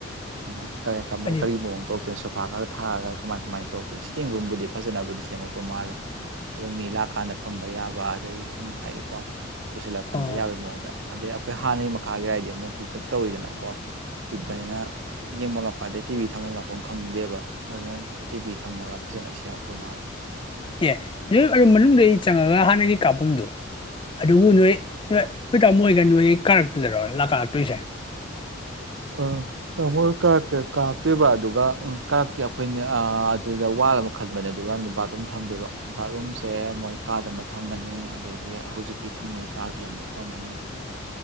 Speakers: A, on the right (about 70°); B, on the left (about 25°).
A: ꯈꯪ ꯀ
B: ꯍꯥꯏꯗꯤ
A: ꯃꯑꯣꯡ ꯇ ꯑꯗꯨꯣꯏꯅ ꯁꯣꯐꯥ ꯈꯒ ꯊꯥꯔꯒ ꯀꯃꯥꯏ ꯀꯃꯥꯏ ꯇꯧꯛꯇꯣꯏꯅꯣ ꯁꯤꯇꯤꯡ ꯔꯨꯝꯕꯨꯗꯤ ꯐꯖꯅꯕꯨꯗꯤ ꯁꯦꯝꯃꯛꯇꯧ ꯃꯥꯜꯂꯦ ꯑꯗꯨꯝ ꯃꯤ ꯂꯥꯛꯀꯥꯟꯗ ꯐꯝꯕ ꯌꯥꯕ ꯑꯗꯩ ꯁꯨꯝ ꯍꯥꯏꯗꯤꯀꯣ ꯄꯨꯁꯤꯜꯂꯒ ꯐꯝꯕ
B: ꯑꯣ
A: ꯌꯥꯕꯩ ꯃꯑꯣꯡꯗ ꯑꯗꯩ ꯑꯩꯈꯣꯏ ꯍꯥꯟꯅꯒꯤ ꯃꯈꯥꯒꯤ ꯔꯥꯏꯗꯤ ꯑꯃꯨꯛ ꯄꯤꯛꯇꯛ ꯇꯧꯋꯤꯗꯅꯀꯣ ꯄꯤꯛꯄꯅꯤꯅ ꯌꯦꯡꯕ ꯂꯛꯄꯗꯥꯏ ꯇꯤꯚꯤ ꯊꯝꯃꯝꯂꯥꯛꯄꯝ ꯈꯪꯗꯦꯕ ꯑꯗꯨꯅ ꯇꯦꯚꯤ ꯊꯝꯃꯒ ꯐꯖꯅ ꯁꯦꯝꯃꯛꯇꯣ ꯃꯥꯜꯂꯤ
B: ꯑꯦ ꯅꯣꯏ ꯑꯗꯨ ꯃꯅꯨꯡꯗꯩ ꯆꯪꯉꯒ ꯍꯥꯟꯅꯒꯤ ꯀꯥꯞꯄꯝꯗꯨ ꯑꯗꯨꯕꯨ ꯅꯣꯏ ꯅꯣꯏ ꯅꯣꯏ ꯇꯥꯃꯣꯏꯒ ꯅꯣꯏ ꯀꯥꯔꯛꯇꯗꯔꯣ ꯂꯥꯛꯀꯂꯛꯇꯣꯏꯁꯦ
A: ꯑꯥ ꯇꯥꯃꯣ ꯀꯥꯔꯛꯇ ꯀꯥꯞꯇꯦꯕ ꯑꯗꯨꯒ ꯑ ꯀꯥꯔꯛꯀꯤ ꯑꯩꯈꯣꯏꯅ ꯑꯥ ꯑꯗꯨꯗ ꯋꯥꯜ ꯑꯃ ꯈꯟꯕꯅꯦ ꯑꯗꯨꯒꯟꯗ ꯔꯨꯝ ꯊꯝꯗꯦꯕ ꯕꯥꯠꯔꯨꯝꯁꯦ ꯃꯣꯏ ꯀꯥꯗ ꯑꯃ ꯊꯝꯃꯅꯤ ꯑꯗꯒꯤ ꯍꯧꯖꯤꯛꯀꯤ ꯊꯝꯅꯩ ꯀꯥꯗꯨꯗ ꯃ ꯊꯝꯃꯅꯤ